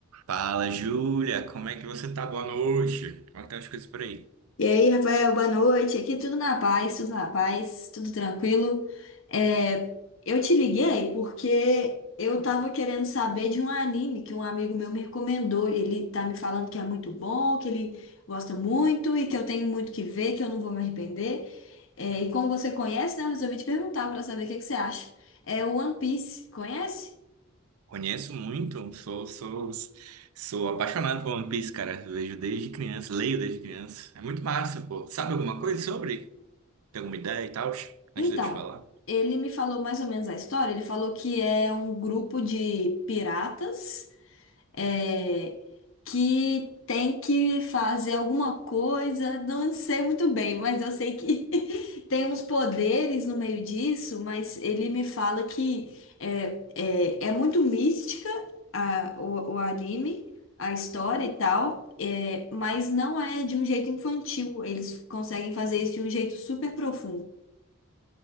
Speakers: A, on the right; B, on the left.
A: Fala, Júlia, como é que você tá? Boa noite. Como é que tá as coisas por aí?
B: E aí, Rafael, boa noite. Aqui tudo na paz, tudo na paz, tudo tranquilo. É, eu te liguei porque eu tava querendo saber de um anime que um amigo meu me recomendou. Ele tá me falando que é muito bom, que ele gosta muito e que eu tenho muito que ver, que eu não vou me arrepender. É, e como você conhece, né, eu resolvi te perguntar para saber o que que você acha. É o One Piece, conhece?
A: Conheço muito, sou, sou, sou apaixonado por One Piece, cara. Vejo desde criança, leio desde criança. É muito massa, pô. Sabe alguma coisa sobre? Tem alguma ideia e tal? Antes
B: Então,
A: de eu te falar.
B: ele me falou mais ou menos a história. Ele falou que é um grupo de piratas. é, que tem que fazer alguma coisa, não sei muito bem, mas eu sei que <laughs> tem uns poderes no meio disso, mas ele me fala que é, é, é muito mística a, o, o anime, a história e tal. É, mas não é de um jeito infantil. Eles conseguem fazer isso de um jeito super profundo.